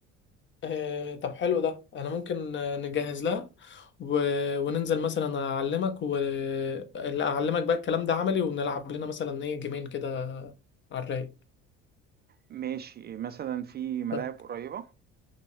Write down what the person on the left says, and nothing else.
آه، طب حلو ده انا ممكن آه، نجهز لها و... وننزل مثلا اعلمك واعلمك بقى الكلام ده عملي ونلعب لنا مثلا ايه جيمين كده على الرايق
طيب